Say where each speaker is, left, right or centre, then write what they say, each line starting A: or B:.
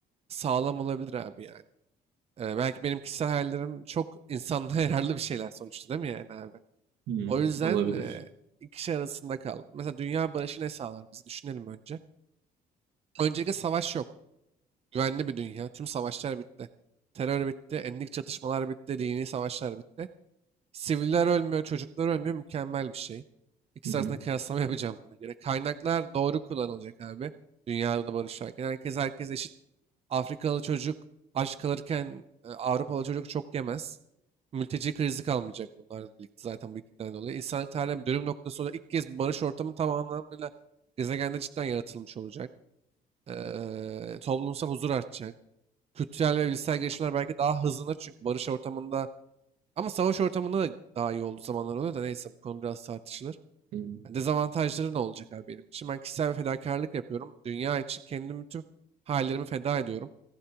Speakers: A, on the right; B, on the right.
A: sağlam olabilir abi yani. E, belki benim kişisel hayallerim çok insanlığa <laughs> yararlı bir şeyler sonuçta değil mi yani abi?
B: Hı,
A: O yüzden
B: olabilir.
A: e, iki şey arasında kaldım. Mesela dünya barışı ne sağlar bizi düşünelim önce. Öncelikle savaş yok. Güvenli bir dünya. Tüm savaşlar bitti. Terör bitti. Etnik çatışmalar bitti. Dini savaşlar bitti. Siviller ölmüyor. Çocuklar ölmüyor. Mükemmel bir şey. İkisi
B: Hı hı.
A: arasında kıyaslama <laughs> yapacağım buna göre. Kaynaklar doğru kullanılacak abi. Dünyada barış varken. Herkes herkes eşit. Afrikalı çocuk aç kalırken e, Avrupalı çocuk çok yemez. Mülteci krizi kalmayacak bunlarla birlikte zaten bu ikiden dolayı. İnsanlık tarihinin bir dönüm noktası olarak ilk kez bir barış ortamı tam anlamıyla gezegende cidden yaratılmış olacak. Eee, toplumsal huzur artacak kültürel ve bilişsel gelişmeler belki daha hızlanır çünkü barış ortamında ama savaş ortamında da daha iyi olduğu zamanlar oluyor da neyse bu konu biraz tartışılır.
B: Hı
A: Yani dezavantajları ne olacak abi benim için? Ben kişisel bir fedakarlık yapıyorum. Dünya için kendimi tüm hallerimi feda ediyorum.